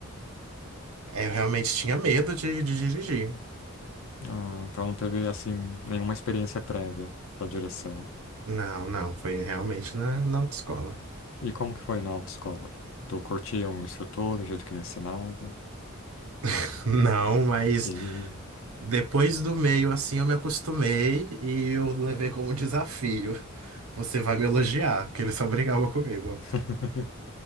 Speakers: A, on the right (about 75°); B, on the left (about 65°).
A: Aí eu realmente tinha medo de de dirigir.
B: Ah, então não teve, assim, nenhuma experiência prévia para direção.
A: Não, não, foi realmente na, na autoescola.
B: E como que foi na autoescola? Tu curtia o instrutor, o jeito que ele ensinava?
A: <laughs> Não, mas
B: E...
A: depois do meio assim eu me acostumei e eu levei como desafio. Você vai me elogiar, porque ele só brigava comigo.
B: <laughs>